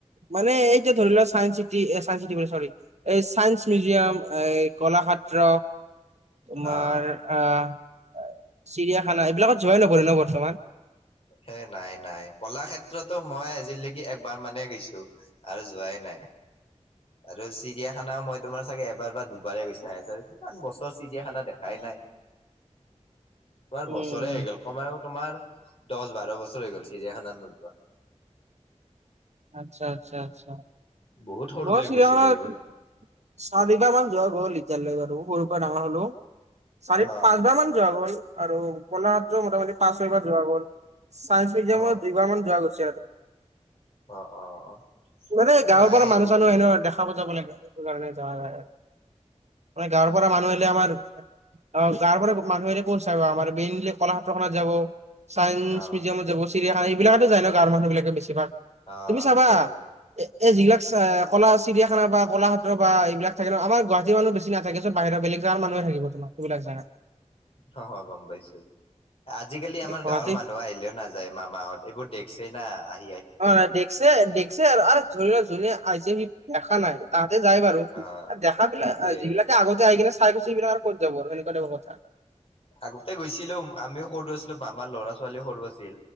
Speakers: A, on the right; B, on the left.
A: মানে এইতিয়া ধৰি লোৱা চাইন চিটি অহ চাইন চিটি বোলে চৰি এই চাইন্স মিউজিয়াম এই কলাক্ষেত্ৰ। তোমাৰ
B: অ।
A: আহ চিৰিয়াখানা এইবিলাকত জোৰা নকৰে ন বৰ্তমান।
B: হে নাই নাই কলাক্ষেত্ৰতো মই আজিলৈকে একবাৰ মানহে গৈছো আৰু যোৱাই নাই আৰু চিৰিয়াখানাও মই তোমাৰ চাগে এবাৰ বা দুবাৰে গৈছ চাৰে চাৰে কিমান বছৰ চিৰিয়াখানা দেখাই নাই। তোমাৰ
A: উম
B: বছৰে হৈ গ'ল কমেও তোমাৰ দচ বাৰ বছৰ হৈ গ'ল চিৰিয়াখানাত নোযোৱা।
A: আচ্ছা-আচ্ছা-আচ্ছা।
B: বহুত সৰুতে
A: মোৰ চিয়াখানাত
B: গৈছিলো এইবাৰ
A: চাৰিবাহ মান যোৱা গ'ল এতিয়ালৈ বাৰু সৰুৰ পৰা ডাঙৰ হলো। চাৰি
B: অ
A: পাঁচবাৰ মান যোৱা গ'ল আৰু বণাহ মোটামুটি পাঁচ ছয়িবাৰ যোৱা গ'ল। চাইন্স মিউজিয়ামৰ
B: অ
A: দুই বাৰ মান যোৱা গৈছে আৰু।
B: অ', অ', অ'।
A: মানে গাঁৱৰ
B: নাই
A: পৰা
B: এইবোৰ
A: মানুহ চানুহ আহিলে দেখা বুজাব লাগে সেইটো কাৰণে যোৱা যায়। মানে গাঁৱৰ পৰা মানুহ আহিলে আমাৰ অ' গাঁৱৰ পৰা মানুহ আহিলে ক'ত চাব আমাৰ মেইনলি ক'লাক্ষেত্ৰখনত যাব চায়ন্স
B: অ
A: মিউজিয়ামত যাব চিৰিয়াখানা এইবিলাকত যায় ন গাঁৱৰ মানুহ বিলাকে বেছিভাগ,
B: অ
A: তুমি
B: সেইটোয়ে
A: চাবা এ এই যিবিলাক কলা চিৰিয়াখানা বা ক'লাক্ষেত্ৰ বা এইবিলাক থাকে ন আমাৰ গুৱাহাটী মানুহ বেছি নাথাকে। বাহিৰ বেলেগ জাগাৰ মানুহে থাকিব তোমাৰ সেইবিলাক জাগাত।
B: অ' হয় গ'ম পাইছো, আজিকালি আমাৰ
A: এই গুৱাহাটী
B: গাঁৱৰ মানুহ আহিলেও নাযায় মা মাহ'ত এইবোৰ দে--ে ছে না অহ
A: অ' ন দেখছে দেখছে, ধৰি ল জোনে আহিছে সি দেখা নাই তাহাঁতে যাই বাৰু,
B: অ',
A: দেখা বিলাক
B: সেইটোয়ে
A: যিবিলাকে আগতে আহি কিনে চাই গৈছে সেইবিলাক আৰু ক'ত যাব আৰু সেনেকুৱা কথা।
B: আগতে গৈছিলো আমিও সৰু আছিলো মামাৰ ল'ৰা ছোৱালীও সৰু আছিল